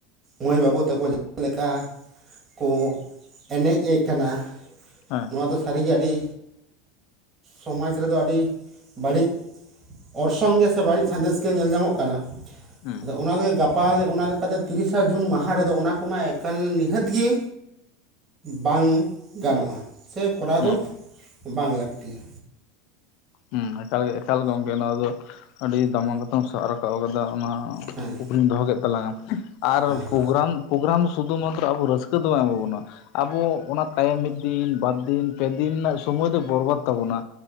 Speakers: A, on the right (about 25°); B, on the left (about 60°).
A: ᱢᱟᱹᱭ ᱵᱟᱹᱵᱩ ᱛᱟᱠᱚ ᱡᱟᱦᱟᱸ ᱞᱮᱠᱟ ᱠᱚ ᱮᱱᱮᱡ ᱮ ᱠᱟᱱᱟ,
B: ᱦᱮᱸ ᱦᱮᱸ
A: ᱱᱚᱣᱟ ᱫᱚ ᱥᱟᱹᱨᱤᱜᱮ ᱟᱹᱰᱤ ᱥᱚᱢᱟᱡᱽ ᱨᱮᱫᱚ ᱟᱹᱰᱤ ᱵᱟᱹᱲᱤᱡ ᱚᱨᱥᱚᱝ ᱜᱮ ᱥᱮ ᱵᱟᱹᱲᱤᱡ ᱥᱟᱸᱱᱫᱮᱥ ᱜᱮ ᱧᱮᱞ ᱧᱟᱢᱚᱜ ᱠᱟᱱᱟ᱾
B: ᱦᱩᱸ
A: ᱟᱫᱚ ᱚᱱᱟ ᱞᱟᱹᱜᱤᱫ ᱜᱟᱯ ᱜᱟᱯᱟ ᱚᱱᱟ ᱞᱮᱠᱟᱛᱮ ᱛᱤᱨᱤᱥᱟ ᱡᱩᱱ ᱢᱟᱦᱟ ᱨᱮᱫᱚ ᱚᱱᱟ ᱠᱚᱢᱟ ᱮᱠᱟᱞ ᱱᱤᱦᱟᱹᱛ ᱜᱮ ᱵᱟᱝ ᱜᱟᱱᱚᱜᱼᱟ, ᱥᱮ ᱠᱚᱨᱟᱣ
B: ᱦᱩᱸ
A: ᱫᱚ ᱵᱟᱝ ᱞᱟᱹᱠᱛᱤᱭᱟ᱾
B: ᱦᱮᱸ ᱮᱠᱟᱞ ᱜᱮ ᱮᱠᱟᱞ ᱜᱚᱝᱠᱮ ᱱᱚᱣᱟ ᱫᱚ ᱟᱹᱰᱤ ᱫᱟᱢᱟᱱ ᱠᱟᱛᱷᱟᱢ ᱥᱟᱵ ᱨᱟᱠᱟᱵ ᱠᱟᱫᱟ᱾ ᱚᱱᱟᱠᱩ
A: ᱦᱮᱸ
B: ᱫᱚᱦᱚ ᱠᱮᱫ ᱛᱟᱞᱟᱝᱟ, ᱟᱨ
A: ᱦᱮᱸ
B: ᱯᱚᱜᱽᱨᱟᱢ- ᱯᱚᱜᱽᱨᱟᱢ ᱫᱚ ᱥᱩᱫᱷᱩ ᱢᱟᱛᱨᱚ ᱟᱵᱚ ᱨᱟᱹᱥᱠᱟᱹ ᱫᱚ ᱵᱟᱭ ᱮᱢᱟ ᱵᱚᱱᱟ᱾ ᱟᱵᱚ ᱚᱱᱟ ᱛᱟᱭᱚᱢ ᱢᱤᱫ ᱫᱤᱱ, ᱵᱟᱨᱫᱤᱱ, ᱯᱮ ᱫᱤᱱ, ᱨᱮᱱᱟᱜ ᱥᱚᱢᱚᱭ ᱫᱚ ᱵᱚᱨᱵᱟᱫ ᱛᱟᱵᱚᱱᱟ᱾